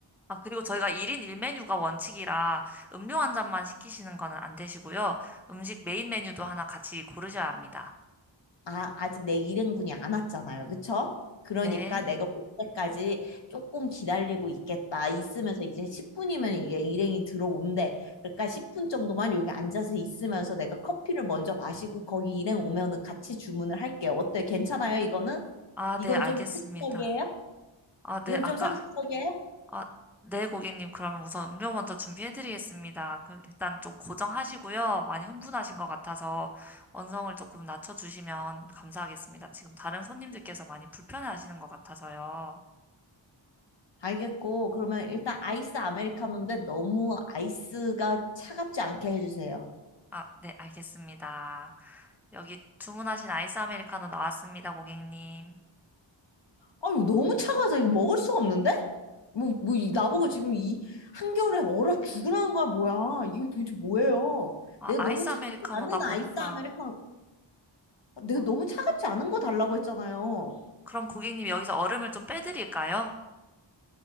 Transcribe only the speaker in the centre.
아, 그리고 저희가 1인 1메뉴가 원칙이라 음료 한 잔만 시키시는 거는 안 되시고요. 음식 메인 메뉴도 하나 같이 고르셔야 합니다.
네.
아,
네, 알겠습니다.
아, 네,
아까
아, 네, 고객님. 그러면 우선 음료 먼저 준비해드리겠습니다. 그 일단 좀 고정하시고요. 많이 흥분하신 것 같아서 언성을 조금 낮춰주시면 감사하겠습니다. 지금 다른 손님들께서 많이 불편해하시는 것 같아서요.
아, 네, 알겠습니다. 여기 주문하신 아이스 아메리카노 나왔습니다, 고객님.
아,
아이스
아메리카노다
보니까.
어,
그럼 고객님 여기서 얼음을 좀 빼드릴까요?